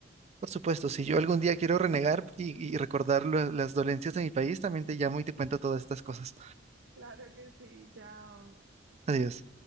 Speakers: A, on the right; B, on the right.
A: por supuesto, si yo algún día quiero renegar y, y recordar lo- las dolencias de mi país, también te llamo y te cuento todas estas cosas.
B: Claro que sí, chao.
A: Adiós.